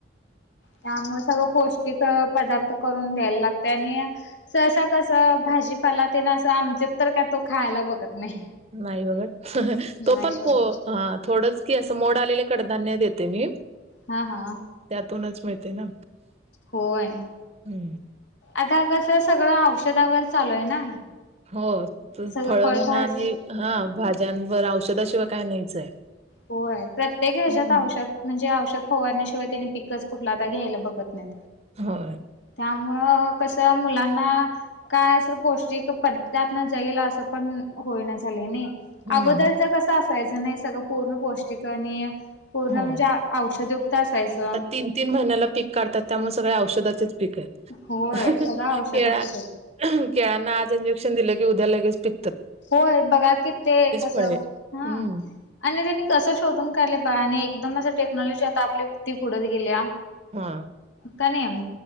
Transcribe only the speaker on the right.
नाही बघत.
तो पण
अ थोड चं की असं मोड आलेले कडधान्य देते मी.
तूनच मिळते ना?
हम्म
हो
फळ
म्हणा आणि हा भाज्यांवर औषध शिवाय काय नाहीच आहे.
हम्म
होय
हम्म
हो
आता तीन तीन महिन्याला पीक काढतात. त्यामुळे सगळे औषधाचेच पीक आहेत.
केळा केळ्यांना आज इंजेक्शन दिल. की उद्या लगेच पिक
फळे
हम्म
हा